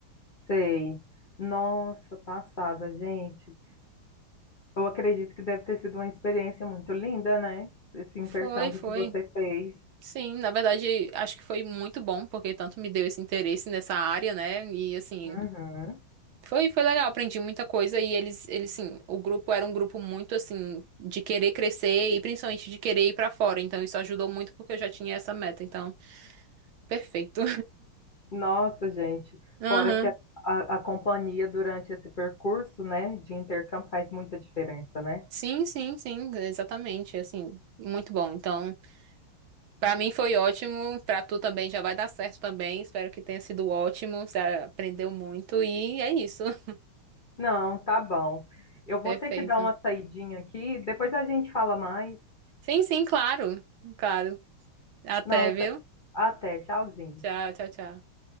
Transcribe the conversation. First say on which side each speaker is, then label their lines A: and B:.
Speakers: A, on the left; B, on the right.
A: Sei. Nossa, passada, gente. Eu acredito que deve ter sido uma experiência muito linda, né? Esse intercâmbio
B: Foi, foi.
A: que você fez.
B: Sim, na verdade, acho que foi muito bom, porque tanto me deu esse interesse nessa área, né? E assim,
A: Uhum.
B: foi, foi legal, aprendi muita coisa e eles, eles, sim, o grupo era um grupo muito assim, de querer crescer e principalmente de querer ir pra fora. Então, isso ajudou muito porque eu já tinha essa meta. Então, perfeito.
A: Nossa, gente.
B: <laughs> Aham.
A: Fora que a, a, a companhia durante esse percurso, né, de intercâmbio faz muita diferença, né?
B: Sim, sim, sim, exatamente, assim, muito bom. Então, pra mim foi ótimo, pra tu também já vai dar certo também. Espero que tenha sido ótimo, você aprendeu muito e é isso. <laughs>
A: Não, tá bom. Eu
B: Perfeito.
A: vou ter que dar uma saidinha aqui, depois a gente fala mais.
B: Sim, sim, claro. Claro. Até,
A: Não, então-
B: viu?
A: até, tchauzinho.
B: Tchau, tchau, tchau.